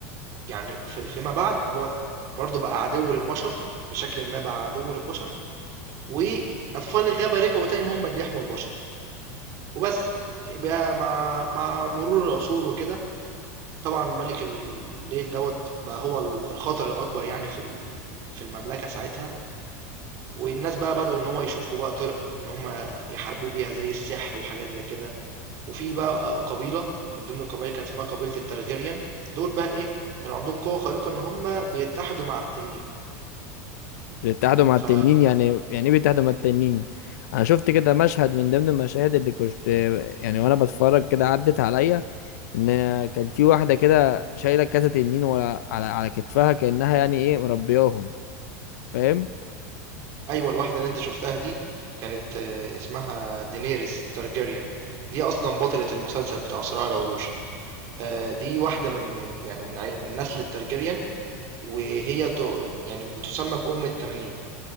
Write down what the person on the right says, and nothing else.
يعني في- فيما بعد هو برضو بقى عدو للبشر بشكل ما بقى عدو للبشر واطفال الغابة رجعوا تاني هم اللي يحموا البشر وبس بقى مع مع مرور العصور وكده طبعًا مَلِك الليل دوّة بقى هو ال الخطر الأكبر يعني في ال في المملكة ساعتها، والناس بقى بدؤوا إن هو يشوفوا بقى طِرِق إن هم يحاربوه بيها زي السحر وحاجات زي كده، وفي بقى قبيلة من ضمن القبايل كان اسمها قبيلة الTargaryen دول بقى إيه، كانوا عندهم قوة خارقة إن هم بيتحدوا مع التنين،
ف
أيوه الواحدة اللي أنت شُفتها دي كانت آه، اسمها Daenerys Targaryen دي أصلًا بطلة المسلسل بتاع صراع العروش، آآ دي واحدة من من يعني من عي من نسل الTargaryen وهي ت... يعني بتسمى بأم التنانين